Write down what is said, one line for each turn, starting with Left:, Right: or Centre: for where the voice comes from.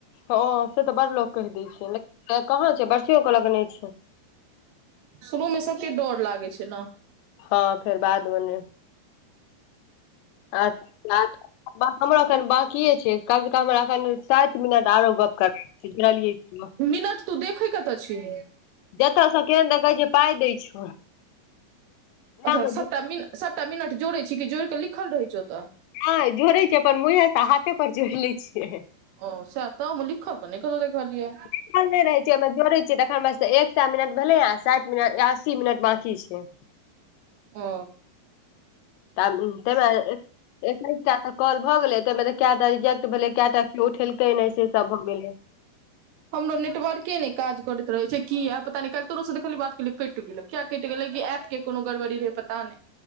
Left: ह ओ से तऽ बड़ लोक कहि दै छै कहाँ छै बरसियो के लग नहि छै
Right: शुरूमे सबके डर लागै छै ने
Left: हँ फेर बाद बने आ <unintelligible> हमरो एखन बाकिए छै कम से कम हम एखन साठ मिनट आरो गप करबुझलियै <unintelligible>
Right: मिनट तू देखै कतऽ छिही
Left: जतऽ सब केहन देख कहै छै पाई दै छौ वएह
Right: अच्छा
Left: मे
Right: सभटा मिन सभटा मिनट जोड़ैत छी कि जोड़ि कऽ लिखल रहैत छै ओ तऽ
Left: नै जोड़ै छीयै अपन मुँहे से हाथे पर जोड़ि लै छियै
Right: ओ सेह त हमहु लिखल तऽ नहि कतौ देखलिऐ
Left: लिखल नहि रहै छै ओयमे जोड़ै छियै तखन एक सए मिनट भेलै आ साठि मिनट या अस्सी मिनट बाकी छै
Right: ओ
Left: त तमे एकैटा तऽ कल भऽ गेलै ताहिमे तऽ क कएटा रिजेक्ट भेलै कटा केओ उठेलकै नहि से सब भऽ गेलै
Right: हमरो नेटवर्के ने काज करैत रहे छै की पता किये कायल तोरो से बात केलिय किये कट गेले किया कटि गेलेै ऐप के कोनो गड़बड़ी रहै पता नहि